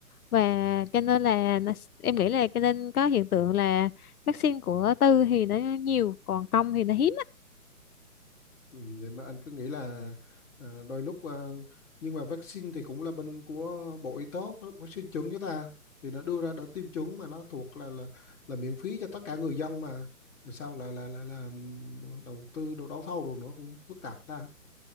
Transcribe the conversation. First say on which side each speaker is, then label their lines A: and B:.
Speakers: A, on the left; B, on the left.
A: và cho nên là nó- em nghĩ là cho nên có hiện tượng là vaccine của tư thì nó nhiều còn công thì nó hiếm
B: Ừ, vậy mà anh cứ nghĩ là à, đôi lúc à, nhưng mà vaccine thì cũng là bên của Bộ Y tế có vaccine chuẩn cho ta thì nó đưa ra đỡ tiêm chủng mà nó thuộc là là là miễn phí cho tất cả người dân mà rồi sao là là là là ừm, đầu tư đồ đấu thầu rồi nó cũng phức tạp hả ta